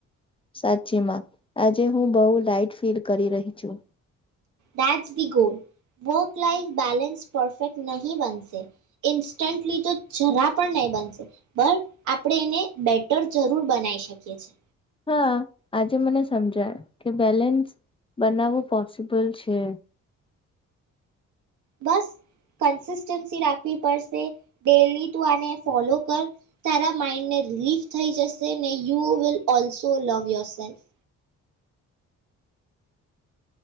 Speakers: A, on the left; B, on the right.
A: સાચીમાં આજે હું બહુ લાાઈટ ફીલ કરી રહી છું.
B: That's the goal work life balance perfect નહી બનશે ઇન્સ્ટન્ટલી તો જરા પણ નહીં બનશે બ આપણે એને બેટર જરૂર બનાવીશ. <unintelligible>
A: હા આજે મને સમજાય કે બેલેન્સ બનાવવું પોસિબલ છે.
B: બસ કન્સિસ્ટન્સી રાખવી પડશે ડેલી તું આને ફોલો કર તારા માઈન્ડને રિલીફ થઈ જશે ને you will also love yourself